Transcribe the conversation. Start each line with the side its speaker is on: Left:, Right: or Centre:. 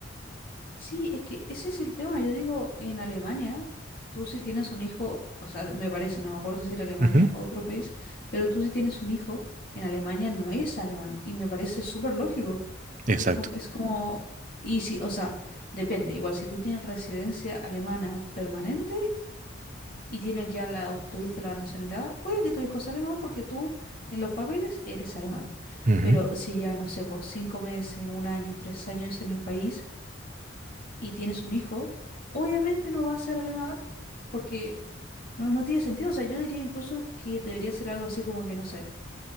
Left: Sí, es que ese es el tema. Yo digo, en Alemania, tú si tienes un hijo, o sea, me parece, no me acuerdo si era Alemania
Right: Ujú,
Left: o otro país, pero tú si tienes un hijo, en Alemania no es alemán. Y me parece súper lógico.
Right: Exacto.
Left: Es como, es como, y si, o sea, depende. Igual si tú tienes residencia alemana permanente y tienes ya la, obtuviste la nacionalidad, oye que tu hijo es alemán porque tú en los papeles eres alemán.
Right: Ujú.
Left: Pero si ya, no sé, vos cinco meses, un año, tres años en el país y tienes un hijo, obviamente no va a ser alemán porque no, no tiene sentido. O sea, yo diría incluso que debería ser algo así como que, no sé,